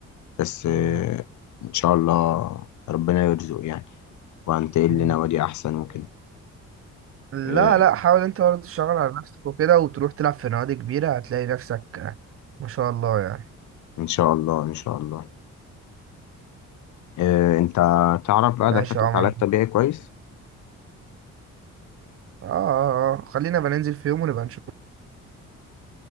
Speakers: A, on the left; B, on the right.
A: بس آه،
B: مم.
A: ان شاء الله ربنا يرزق يعني وهنتقل
B: مم.
A: لنوادي احسن وكده
B: لا
A: إيه،
B: لا حاول انت برضه تشتغل على نفسك وكده وتروح تلعب في نوادي كبيرة هتلاقي نفسك آه، ما شاء الله يعني
A: ان شاء الله ان شاء الله إيه، انت تعرف بقى
B: ماشي
A: دكاترة
B: يا عمر
A: علاج طبيعي كويس
B: اه اه اه خلينا بننزل في يوم ونبقى نشوف